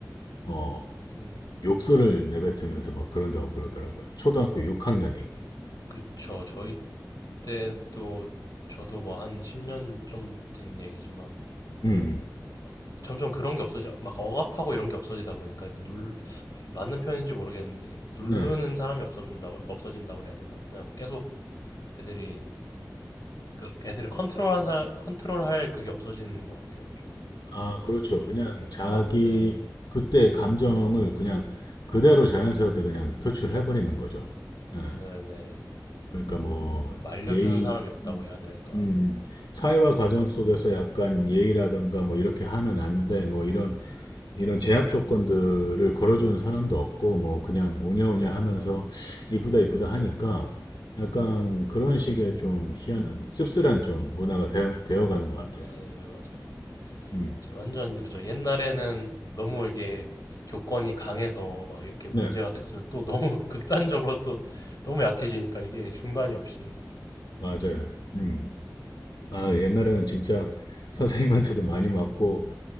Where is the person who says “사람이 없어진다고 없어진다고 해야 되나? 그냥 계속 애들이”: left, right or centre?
Left